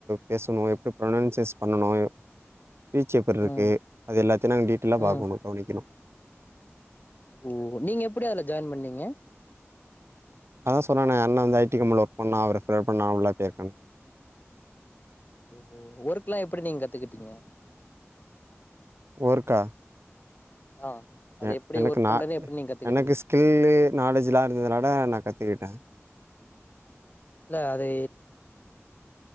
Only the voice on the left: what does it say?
ம் ம்
ம்
ஓ நீங்க எப்படி அதுல ஜாயின் பண்ணீங்க
ஓ ஒர்க் எல்லாம் எப்படி நீங்க கத்துக்கிட்டீங்க
ஆ அது
எப்டி
ஒர்க்
பண்றது எப்டி நீங்க கத்துக்கிட்டீங்க
இல்ல அது